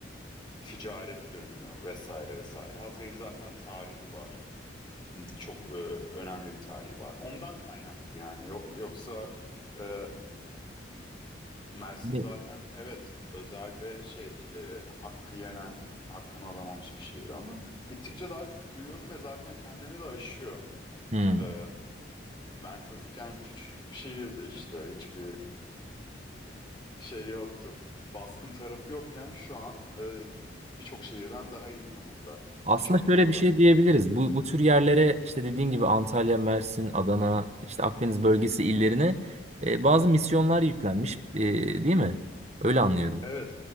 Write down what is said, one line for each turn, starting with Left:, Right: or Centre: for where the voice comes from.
Left: ticaret dönüyor vesaire vesaire. Hatay'ın zaten tarihi var. Çok e, önemli bir tarihi var. Ondan kaynaklı yani Yo- yoksa e, Mersin
Right: Ne?
Left: zaten evet özel ve şey e, hakkı yenen, hakkını alamamış bir şehir ama gittikçe daha çok duyuyorum ve zaten kendini de aşıyor.
Right: Hmm.
Left: E, ben çocukken küçücük bir şehirdi işte hiçbir şey yoktu. Baskın tarafı yokken şu an e, birçok şehirden daha iyi konumda
Right: Aslında
Left: birçok konuda.
Right: şöyle bir şey diyebiliriz. Bu, bu tür yerlere işte dediğin gibi Antalya, Mersin, Adana, işte Akdeniz bölgesi illerine e, bazı misyonlar yüklenmiş, e, değil mi? Öyle anlıyorum.
Left: Evet